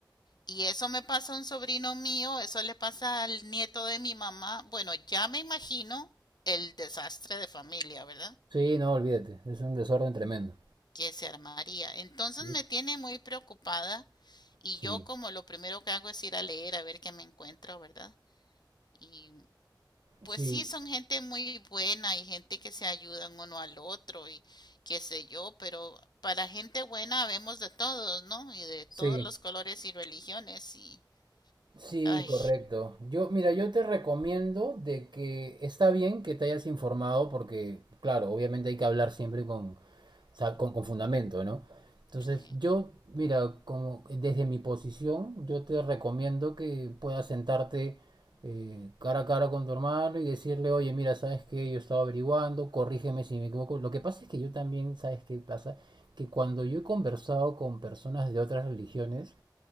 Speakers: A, on the left; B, on the right.
A: Y eso me pasa a un sobrino mío, eso le pasa al nieto de mi mamá. Bueno, ya me imagino el desastre de familia, ¿verdad?
B: Sí, no, olvídate, es un desorden tremendo.
A: que se armaría. Entonces
B: Sí.
A: me tiene muy preocupada y
B: Sí.
A: yo como lo primero que hago es ir a leer a ver qué me encuentro, ¿verdad? Y pues
B: Sí,
A: sí, son gente muy buena y gente que se ayudan uno al otro y qué sé yo, pero para gente buena vemos de todos, ¿no? Y de todos
B: sí.
A: los colores y religiones y...
B: Sí,
A: Ay,
B: correcto. Yo, mira, yo te recomiendo de que está bien que te hayas informado porque, claro, obviamente hay que hablar siempre con, o sea, con, con fundamento, ¿no? Entonces,
A: sí,
B: yo, mira, como desde mi posición, yo te recomiendo que puedas sentarte eh, cara a cara con tu hermano y decirle, oye, mira, sabes que yo estaba averiguando, corrígeme si me equivoco. Lo que pasa es que yo también, ¿sabes qué pasa? Que cuando yo he conversado con personas de otras religiones,